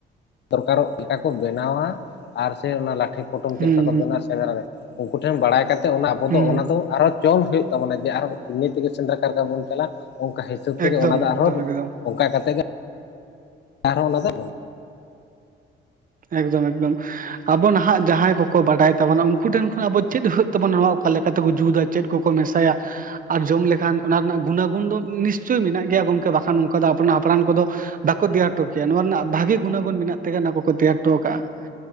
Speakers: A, on the left (about 60°); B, on the right (about 45°).
A: ᱫᱚᱨᱠᱟᱨᱚᱜ ᱞᱮᱠᱟ ᱠᱚ ᱵᱮᱱᱟᱣᱟ ᱟᱨ ᱥᱮ ᱚᱱᱟ ᱞᱟᱴᱷᱮ ᱯᱚᱴᱚᱢ ᱪᱮᱫ
B: ᱦᱩᱸ
A: ᱞᱮᱠᱟ ᱠᱚ
B: ᱦᱩᱸ
A: ᱵᱮᱱᱟᱣᱟ? ᱥᱮᱸᱫᱽᱨᱟ ᱨᱮ ᱩᱱᱠᱩ ᱴᱷᱮᱱ ᱵᱟᱲᱟᱭ ᱠᱟᱛᱮ ᱚᱱᱟ ᱟᱵᱚ ᱫᱚ
B: ᱦᱩᱸ
A: ᱚᱱᱟ ᱫᱚ ᱟᱨᱚ ᱪᱚᱞ ᱦᱩᱭᱩᱜ ᱛᱟᱵᱚᱱᱟ ᱡᱮ ᱟᱨ ᱱᱤᱛᱜᱮ ᱥᱮᱸᱫᱽᱨᱟ ᱠᱟᱨᱠᱟ ᱵᱚᱱ ᱪᱟᱞᱟᱜᱼᱟ, ᱚᱱᱠᱟ ᱦᱤᱥᱟᱹᱵ ᱛᱮᱜᱮ
B: ᱮᱠᱫᱚᱢ
A: ᱚᱱᱟ ᱫᱚ ᱟᱨᱦᱚᱸ
B: ᱮᱠᱫᱚᱢ ᱮᱠᱫᱚᱢ
A: ᱚᱱᱠᱟ ᱠᱟᱛᱮ ᱜᱮ ᱪᱦ <unintelligible>
B: ᱮᱠᱫᱚᱢ ᱮᱠᱫᱚᱢ ᱾ ᱟᱵᱚ ᱱᱟᱦᱟᱜ ᱡᱟᱦᱟᱸᱭ ᱠᱚᱠᱚ ᱵᱟᱰᱟᱭ ᱛᱟᱵᱚᱱᱟ ᱩᱱᱠᱩ ᱴᱷᱮᱱ ᱠᱷᱚᱱ ᱟᱵᱚ ᱪᱮᱫ ᱛᱚᱵᱳᱱ ᱱᱚᱣᱟ ᱚᱠᱟ ᱞᱮᱠᱟ ᱛᱮᱠᱚ ᱡᱩᱛᱟᱹ ᱪᱮᱫ ᱠᱚᱠᱚ ᱢᱮᱥᱟᱭᱟ ᱟᱨ ᱡᱚᱢ ᱞᱮᱠᱷᱟᱱ ᱚᱱᱟ ᱨᱮᱱᱟᱜ ᱜᱩᱱᱟ ᱜᱩᱱ ᱫᱚ ᱱᱤᱥᱪᱳᱭ ᱢᱮᱱᱟᱜ ᱜᱮᱭᱟ, ᱜᱚᱝᱠᱮ ᱵᱟᱠᱷᱟᱱ ᱚᱱᱠᱟ ᱫᱚ ᱦᱟᱯᱲᱟᱢ ᱠᱚᱫᱚ ᱵᱟᱠᱚ ᱛᱮᱭᱟᱨ ᱦᱚᱴᱚ ᱠᱮᱭᱟ ᱾ ᱱᱚᱣᱟ ᱨᱮᱱᱟᱜ ᱵᱷᱟᱜᱤ ᱜᱩᱱᱟ ᱜᱩᱱ ᱢᱮᱱᱟᱜ ᱛᱮᱜ ᱚᱱᱟ ᱠᱚᱠᱚ ᱛᱮᱭᱟᱨ ᱦᱚᱴᱚ ᱠᱟᱜᱼᱟ ᱾